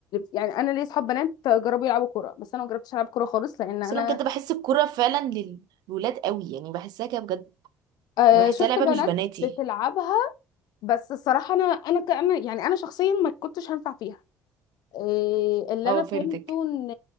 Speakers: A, on the left (about 60°); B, on the right (about 60°).
A: يعني انا ليا اصحاب بنات جربوا يلعبوا كوره بس انا ما جربتش العب كوره خالص لان
B: بس
A: انا
B: انا بجد بحس الكوره فعلا للولاد قوي يعني بحسها كده بجد
A: أه،
B: يعني بحسها
A: شفت
B: لعبه
A: بنات
B: مش بناتي
A: بتلعبها بس الصراحه انا انا ك- انا يعني انا شخصيا ما كنتش هنفع فيها إيه اللي
B: اه
A: انا
B: فهمتك
A: فهمته ان